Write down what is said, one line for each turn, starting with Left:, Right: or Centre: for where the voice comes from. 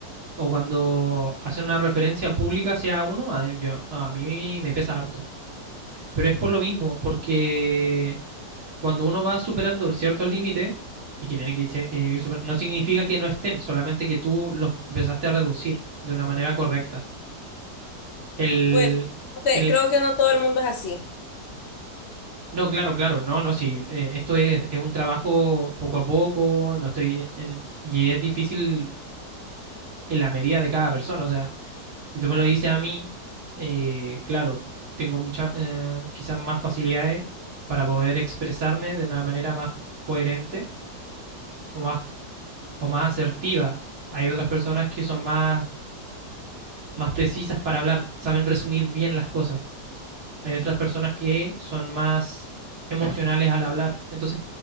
Right: o cuando hace una referencia pública hacia uno, a, yo, a mí me pesa harto. Pero es por lo mismo, porque cuando uno va superando ciertos límites y que tiene que irse- eh, ir superando, no significa que no estén, solamente que tú los empezaste a reducir de una manera correcta. El,
Left: Bueno, no sé,
Right: el-
Left: creo que no todo el mundo es así.
Right: no, claro, claro, no, no, sí, eh, esto es, es un trabajo poco a poco, no estoy en- y es difícil en la medida de cada persona, o sea, si tú me lo dices a mí, eh, claro, tengo muchas, quizás más facilidades para poder expresarme de una manera más coherente o más o más asertiva. Hay otras personas que son más, más precisas para hablar, saben resumir bien las cosas. Hay otras personas que son más emocionales al hablar. Entonces,